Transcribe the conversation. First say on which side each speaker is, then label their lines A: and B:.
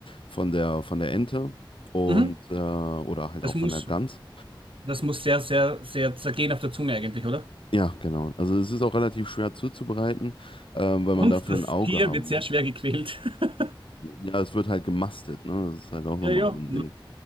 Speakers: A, on the left (about 75°); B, on the right (about 80°).
A: von der, von der Ente und,
B: Mhm.
A: äh, oder halt
B: Das
A: auch
B: muss,
A: von der Gans.
B: das muss sehr, sehr, sehr zergehen auf der Zunge eigentlich, oder?
A: Ja, genau. Also es ist auch relativ schwer zuzubereiten, ähm, weil
B: Und
A: man dafür
B: das
A: ein Auge
B: Tier
A: haben
B: wird
A: muss.
B: sehr schwer gequält. <laughs>
A: Ja, es wird halt gemastet, ne? Das ist halt auch nochmal
B: Ja, ja,
A: so ein Ding.